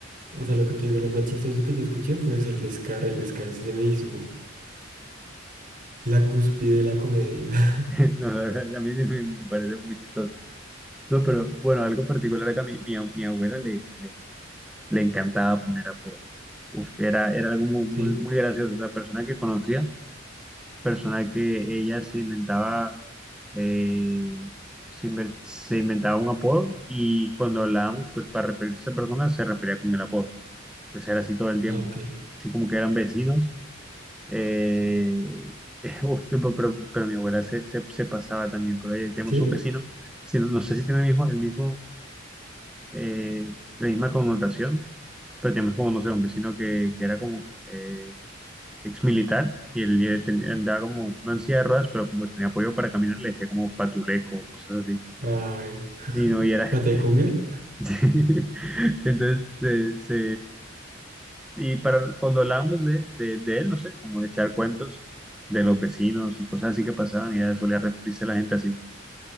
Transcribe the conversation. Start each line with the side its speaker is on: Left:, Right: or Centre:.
Right: o sea, lo que te digo, los más chistosos que yo escuché fue ese, el descarre, el descarre se me hizo la cúspide de la comedia. <laughs>
Centre: <laughs> no, la verdad, a mí sí me me parece muy chistoso. No, pero bueno, algo particular acá, mi, mi, mi abuela le, le, le encantaba poner apodos. Uf, era, era algo muy,
Right: ¿Sí?
Centre: muy, muy gracioso. La persona que conocía, persona que ella se inventaba, eh, se, inven- se inventaba un apodo y cuando hablábamos, pues para referirse a esa persona, se refería con el apodo. Pues era así todo el tiempo.
Right: Ah, ok.
Centre: Así como que eran vecinos Eh, <laughs> uf, sí, pero, pero- pero mi abuela se, se- se pasaba también por ahí. Tenemos
Right: ¿Sí?
Centre: un vecino, si no, no sé si tiene el mismo, el mismo, eh, la misma connotación, pero tenemos como, no sé, un vecino que, que era como eh, ex militar y él, eh, ten- andaba como, no en silla de ruedas, pero como tenía apoyo para caminar, le decía como patuleco, cosas así.
Right: Ay,
Centre: Y no, y era.
Right: ¿pate de cumbia?
Centre: <laughs> Entonces se, Y para cuando hablamos de, de, de él, no sé, como de echar cuentos de los vecinos y cosas así que pasaban, ella solía referirse a la gente así.